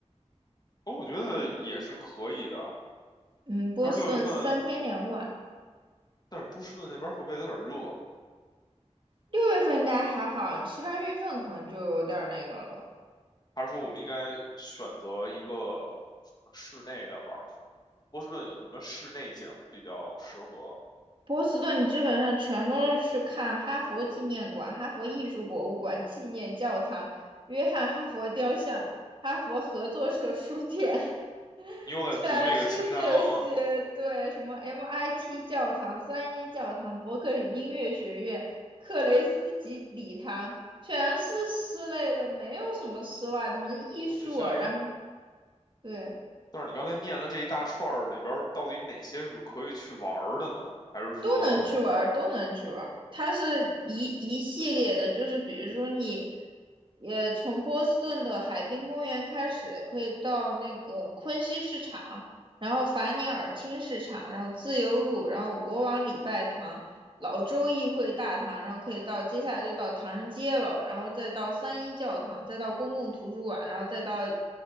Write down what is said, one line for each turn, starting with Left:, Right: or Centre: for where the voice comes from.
Left: 哦，我觉得也是可以的，
Right: 嗯，波士顿三天两晚。
Left: 但是六月份，但是波士顿那边会不会有点热？
Right: 六月份应该还好，七八月份可能就有点儿那个了。
Left: 还是说我们应该选择一个什么室内的玩法？波士顿有什么室内景比较适合？
Right: 波士顿基本上全都是去看哈佛纪念馆、哈佛艺术博物馆、纪念教堂、约翰·哈佛雕像、哈佛合作社书店，<laughs>
Left: 你又在读那个清单了吗？
Right: 全是这些。对，什么 MIT 教堂、三一教堂、伯克利音乐学院、克雷斯吉礼堂，全是室内的，没有什么室外的，什么艺术啊，
Left: 哦，这些，
Right: 然后对。
Left: 但是你刚才念了这一大串儿里边儿，到底哪些是可以去玩儿的呢？还是说？
Right: 都能去玩儿，都能去玩儿。它是一一系列的，就是比如说你，也从波士顿的海滨公园开始，可以到那个昆西市场，然后法尼尔厅市场，然后自由路，然后国王礼拜堂、老州议会大堂，然后可以到接下来就到唐人街了，然后再到三一教堂，再到公共图书馆，然后再到